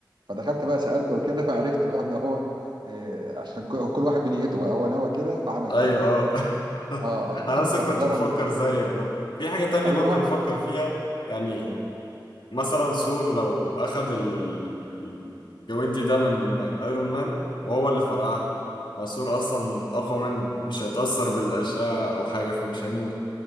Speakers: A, on the right; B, on the left.
A: فدخلت بقى سالت وكده <laughs> وعرفت بقى ان هو آه، عشان كل كل واحد بنيته بقى هو نوى كده فعمل
B: أيوه
A: كده
B: اه <laughs>
A: اه
B: أنا
A: <laughs>
B: أصلا
A: فالحجاره
B: كنت بفكر
A: اللي
B: زيك برضه في حاجة تانية
A: ايوه
B: برضه بفكر فيها يعني
A: ايوه
B: مثلا ثور لو أخد ال- الجوينتي ده من أيرون مان وهو اللي فرقعها ما ثور أصلا أقوى منه مش هيتأثر بالأشعة أو حاجة فمش هيموت